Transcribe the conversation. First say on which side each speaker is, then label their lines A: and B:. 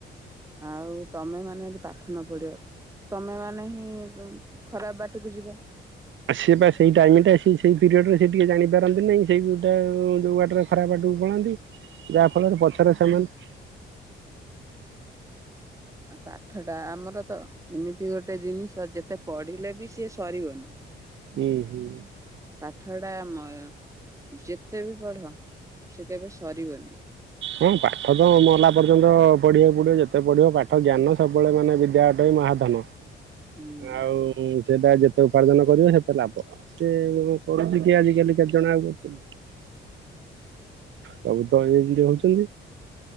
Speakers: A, on the right; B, on the right.
A: ଆଉ ତମେ ମାନେ ଯଦି ପାଠ ନ ପଢିବ ତମେ ମାନେ ହିଁ ଖରାପ ବାଟକୁ ଯିବ।
B: ସିଏ ବା ସେଇ ଟାଇମ ଟା ସେ ସେଇ ପିରିୟଡ଼ ରେ ସେ ଟିକେ ଜାଣିପାରନ୍ତିନି ସେଇ ଗୋଟା ଯୋଉ ବାଟରେ ଖରାପ ବାଟକୁ ପଳାନ୍ତି ଯାହା ଫଳରେ ପଛରେ ସେମାନେ
A: ପାଠ ଟା ଆମର ତ ଏମିତି ଗୋଟେ ଜିନିଷ ଯେତେ ପଢିଲେ ବି ସିଏ ସରିବନି।
B: ହୁଁ ହୁଁ।
A: ପାଠ ଟା ଆମର ଯେତେ ବି ପଢ ସେ କେବେ ସରିବନି।
B: ହଁ ପାଠ ତ ମଲା ପର୍ଯ୍ୟନ୍ତ ପଢିବାକୁ ପଢିବ ଯେତେ ପଢିବ ପାଠ ଜ୍ଞାନ ସବୁବେଳେ ମାନେ ବିଦ୍ୟା ଅଟଇ ମହାଧନ।
A: ହୁଁ
B: ଆଉ ସେଟା ଯେତେ ଉପାର୍ଜନ କରିବ ସେତେ ଲାଭ ସେ କରୁଛି କି ଆଜିିକାଲି କେତେଜଣ ଅଛନ୍ତି ସବୁ ତ ଏମିତି ହୋଉଛି। ଛନ୍ତି।